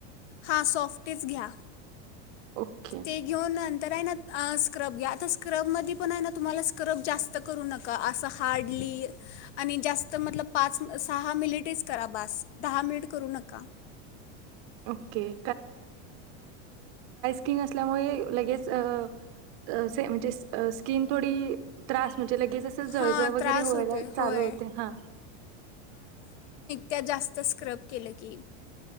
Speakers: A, on the left (about 80°); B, on the right (about 40°).
A: हां सॉफ्टच घ्या.
B: ओके,
A: ते घेऊन नन तर आहे ना आ स्क्रब घ्या, आता स्क्रबमध्ये पण आहे ना तर तुम्हाला स्क्रब जास्त करू नका असं हार्डली आणि जास्त मतलब पाच-सहा मिलीटेच करा बस दहा मिनिट करू नका.
B: ओके. क्लीन असल्यामुळे लगेच अ असे म्हणजे इस स्किन थोडी त्रास म्हणजे लगेच असं जळजळ
A: हां
B: वैगरे
A: त्रास
B: होयला
A: होतोय
B: चालू
A: होय
B: होते हा
A: त्या जास्त स्क्रब केलं की